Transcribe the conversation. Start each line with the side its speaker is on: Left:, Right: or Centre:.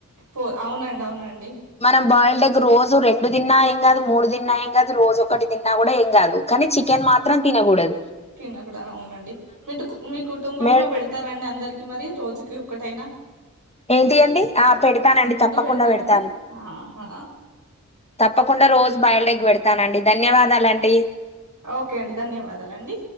Right: పో అవునండి అవునండి
Left: మనం బర్ల్డె రోజు
Right: ఎ
Left: రెండు తిన్నా ఏం కాదు మూడు తిన్నా ఏం కాదు రోజు ఒకటి తిన్నా కూడా ఏం కాదు కానీ చికెన్ మాత్రం తినకూడదు
Right: తిినకుడాద్ అవునండి మీ మీ కుటుంబంలో
Left: మే
Right: పెడుతారాండి అందరికి మరి రోజుకి ఒకటైనా
Left: ఏంటియి అండి ఆ పెడుతానండి
Right: గుడ్డు
Left: తప్పకుండా
Right: పెడతారండి
Left: పెడుతాను
Right: ఆహా
Left: తప్పకుండా రోజు బాయిల్డ్ ఎగ్ పెడతాను అండి ధన్యవాదాలండి.
Right: ఓకే అండి ధన్యవాదాలు అండి.